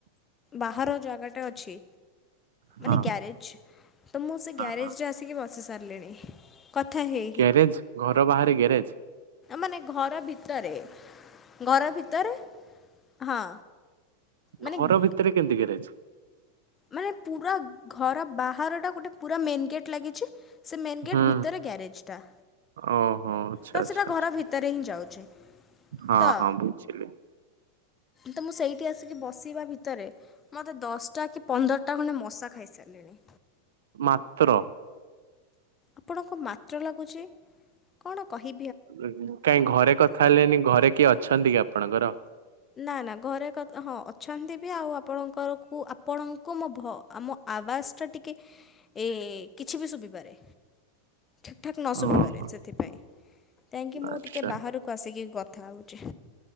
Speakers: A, on the left; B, on the right.
A: ବାହାର ଜାଗାଟେ ଅଛି।
B: ହଁ
A: ମାନେ ଗ୍ୟାରେଜେ ତୋ ମୁଁ ସେ ଗ୍ୟାରେଜ
B: ହଁ
A: ରେ ଆସିକି ବସି ସାରିଲିଣି କଥା ହେଇ ହେଇ।
B: ଗ୍ୟାରେଜ୍ ଘର ବାହାରେ ଗ୍ୟାରେଜ?
A: ମାନେ ଘର ଭିତରେ ଘର ଭିତରେ ହଁ। ମାନେ
B: ଘର ଭିତରେ କେମିତି ଗ୍ୟାରେଜ୍?
A: ମାନେ ପୁରା ଘର ବାହାର ଟା ଗୋଟେ ପୁରା ମେନ ଗେଟ ଲାଗିଛି। ସେ ମେନ୍ ଗେଟ୍
B: ହୁଁ
A: ଭିତରେ ଗ୍ୟାରେଜ୍ ଟା।
B: ଓହୋ ଆଚ୍ଛା
A: ତୋ
B: ଆଚ୍ଛା
A: ସେଇଟା ଘର
B: ଆଚ୍ଛା
A: ଭିତରେ ହିଁ ଯାଉଛି
B: ହଁ
A: ତୋ
B: ହଁ ବୁଝିଲି
A: ତୋ ମୁଁ ସେଇଠି ଆସିକି ବସିବା ଭିତରେ ମୋତେ ଦଷ୍ଟ। କି ପନ୍ଦରଟା ଖଣ୍ଡେ ମଶା ଖାଇସାରିଲେଣି।
B: ମାତ୍ର।
A: ଆପଣଙ୍କୁ ମାତ୍ର ଲାଗୁଚି। କଣ କହି
B: ଏ କାଇଁ ଘରେ କଥା ହେଲେନି ଘରେ କିଏ ଅଛନ୍ତି କି ଆପଣଙ୍କର?
A: ନା ନା ଘରେ କତ୍ ହଁ ଅଛନ୍ତି ବି ଆଉ ଆପଣଙ୍କରକୁ ଆପଣଙ୍କୁ ମୋ ଭ ଆମ ଆବାସଟା ଟିକେ ଏ କିଛି ବି ଶୁବିପାରେ। ଠିକ୍ ଠାକ୍ ନ
B: ଓହୋ
A: ଶୁଭିିପାରେ ସେଥିପାଇଁ କାହିଁକି ମୁଁ
B: ଆଚ୍ଛା
A: ଟିକେ ବାହାରକୁ ଆସିକି କଥା ହୋଉଚି।